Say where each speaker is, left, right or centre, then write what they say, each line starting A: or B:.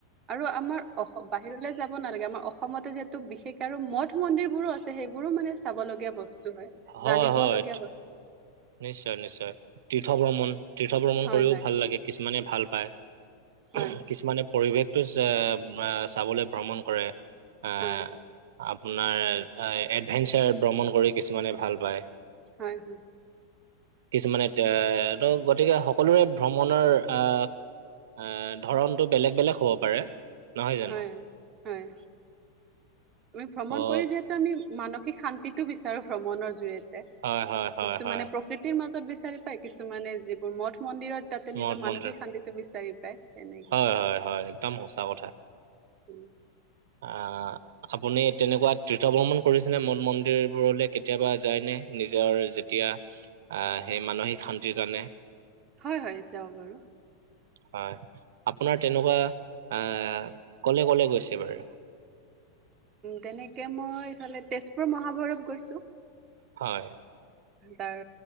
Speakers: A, on the right (about 25°); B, on the right (about 75°).
A: আৰু আমাৰ অসম বাহিৰলে যাব নালাগে আমাৰ অসমতে যিহেতু বিশেষক আৰু মঠ মন্দিৰবোৰো আছে সেইবোৰো মানে চাব লগীয়া বস্তু হয়
B: হয়,
A: জানিব
B: হয়,
A: লগীয়া
B: তি-
A: বস্তু
B: নিশ্চয় নিশ্চয় তীৰ্থ ভ্ৰমণ তীৰ্থ ভ্ৰমণ
A: হয়
B: কৰিও
A: হয়
B: ভাল লাগে কিছুমানে ভাল পায়
A: হয়
B: কিছুমানে পৰিৱেশটো চা আ চাবলৈ ভ্ৰমণ কৰে আহ
A: হয়
B: আপোনাৰ আই এডভেঞ্চাৰ ভ্ৰমণ কৰি কিছুমানে ভাল পায়
A: হয় হয়
B: কিছুমানে তে ত গতিকে সকলোৰে ভ্ৰমণৰ আহ আ ধৰণটো বেলেগ বেলেগ হ'ব পাৰে নহয় জানো?
A: হয় হয় আমি ভ্ৰমণ
B: অ'
A: কৰি যিহেট তু আমি মানসিক শান্তিটো বিচাৰো ভ্ৰমণৰ জৰিয়তে
B: হয় হয় হয়
A: কিছুমানে
B: হয়
A: প্ৰকৃতিৰ মাজত বিচাৰি পায় কিছুমানে যিবোৰ মঠ মন্দিৰত তাতে
B: মঠ
A: নিজৰ মানসিক
B: মন্দিৰ
A: শান্তিটো বিচাৰি পায় তেনেকে
B: হয় হয় হয় একদম সঁচা কথা
A: উম
B: আ আপুনি তেনেকোৱা তীৰ্থ ভ্ৰমণ কৰিছে নে মঠ মন্দিৰবোৰলে কেতিয়াবা যায়নে নিজৰ যেতিয়া আহ সেই মানসিক শান্তিৰ কাৰণে
A: হয় হয় যাওঁ বাৰু
B: হয় আপোনাৰ তেনকা আহ কলে কলে গৈছে বাৰু
A: তেনেকে মই ইফালে তেজপুৰ মহাভৈৰৱ গৈছো
B: হয়
A: তাৰ